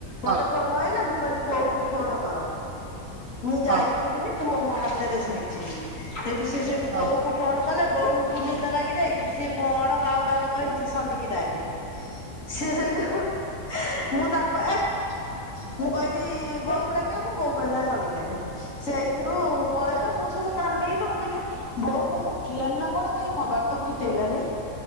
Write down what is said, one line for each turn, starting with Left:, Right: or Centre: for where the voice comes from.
Left: ମତେ
Right: ହଁ
Left: ଫୋନ କହିଲା ମୁଁ କହିଲି ବୋଉ କୁ ଫୋନ କର। ମୁଁ ଯାଇପାରିବିନି
Right: ହଁ
Left: ପୁଅ ମୋ ହାତ ହାତରେ ଶୋଇଛି ସେଠୁ ସେ ସେଇଠୁ
Right: ହଁ
Left: ବୋଉ କୁ ଫୋନ କଲେ ବୋଉକୁୁ ନିଦ ଲାଗି ଯାଇଛି ସଏ କଣ ବାଉଳାରେ କହିଛି ସଲିକି ଡ଼ାକେ ସିଏ ସେଇଠୁ ମୁଁ ତାକୁ ଏ ମୁଁ କହିଲି ବଉ କୁ ଡାକିଆକୁ ବୋଉ କହିଲା ସଲିକି ଡାକିବ ସେ ଏଇଥିରୁ ପଳେଇଲା ମୁଁ ସେଇଠୁ କାନେଇଲି ମୁଁ କହିଲି ବୋଉ କଣ ଉଠିଲାନି ନା କଣ କାଇଁ କବାଟ ତ ଫିଟେଇଲାନି।